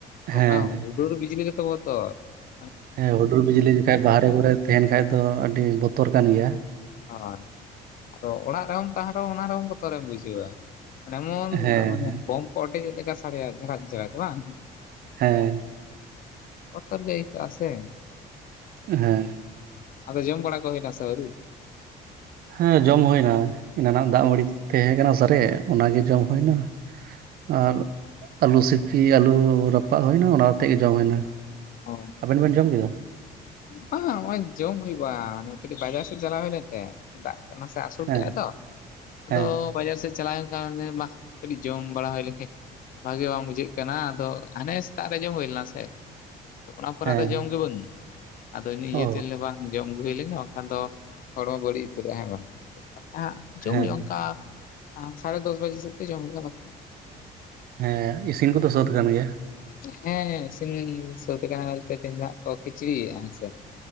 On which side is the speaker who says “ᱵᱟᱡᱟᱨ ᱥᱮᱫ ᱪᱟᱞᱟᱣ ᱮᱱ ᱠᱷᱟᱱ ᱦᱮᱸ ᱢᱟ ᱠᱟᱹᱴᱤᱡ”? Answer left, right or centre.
Left